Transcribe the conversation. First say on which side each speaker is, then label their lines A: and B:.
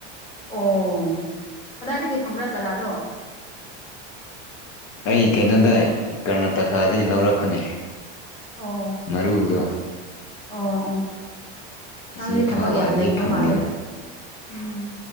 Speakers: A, on the left; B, on the left.
A: ꯑꯣ ꯀꯗꯥꯏꯗꯒꯤ ꯐꯪꯕ꯭ꯔꯥ ꯆꯥꯔꯥꯗꯣ
B: ꯑꯩ ꯀꯩꯅꯣꯗ ꯀꯔꯅꯥꯇꯀꯥꯗꯒꯤ ꯂꯧꯔꯛꯄꯅꯤ
A: ꯑꯣ
B: ꯃꯔꯨꯗꯣ
A: ꯑꯣ ꯑꯣ
B: ꯑꯁꯤ
A: ꯅꯪꯗꯤ
B: ꯏꯝꯐꯥꯜ
A: ꯊꯕꯛ ꯌꯥꯝ
B: ꯋꯥꯏꯗꯗꯤ
A: ꯂꯦꯡꯕ
B: ꯐꯪꯗꯦꯕ
A: ꯃꯥꯜꯂꯦ ꯎꯝ